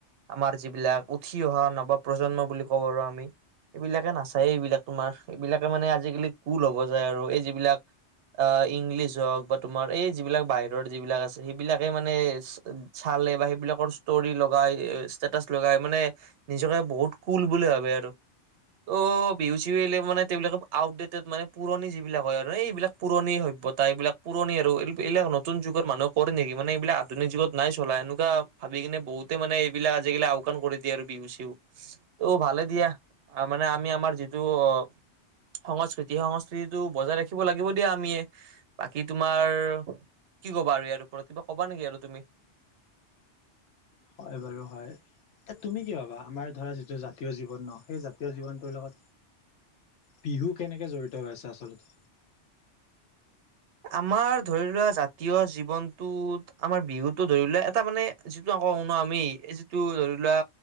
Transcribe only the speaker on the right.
আমাৰ যিবিলাক উঠি অহা নব প্ৰজন্ম বুলি কব পাৰো আমি এইবিলাকে নাচায়েই, এইবিলাক তোমাৰ এইবিলাকে মানে আজিকালি কুল হব যায় আৰু এই যিবিলাক আ, ইংলিছ হওক বা তোমাৰ এই যিবিলাক বাহিৰৰ যিবিলাক আছে সেইবিলাকে মানে চালে বা সেইবিলাকৰ ষ্টৰি লগাই ষ্টেটাচ লগাই মানে নিজকে বহুত কুল বুলি ভাবে আৰু। ত' ভউ চিলে মানে তেওঁবলাকে আউটডেটেড মানে পুৰণি যিবিলাক হয় আৰু এই এইবিলাক পুৰণি সভ্য ত এইবিলাক পুৰণি আৰু এই এইবিলাক নতুন যুগৰ মানুহে কৰে নেকি মানে এইবিলাক আধুিক যুগত নাই চলা এনেকুৱা ভাবি কিনে বহুতে মানে এইবিলাক আজিকালি আওকাণ কৰি দিয়ে আৰু বিহু চিহু ত' ভালে দিয়া, মানে আমি আমাৰ যিটো অ' সংস্কৃতি, সংস্কৃতিটো বজাই ৰাখিব লাগিব দিয়া আমিয়ে। বাকী তোমাৰ কি ক'বা আৰু, ইয়াৰ ওপৰত কিবা কবা নেকি আৰু তুমি।
আমাৰ ধৰি লোৱা জাতীয় জীৱনটোত, আমাৰ বিহুতো ধৰি লোৱা এটা মানে যিটো আকৌ শুনো আমি, এই যিটো ধৰিলোৱা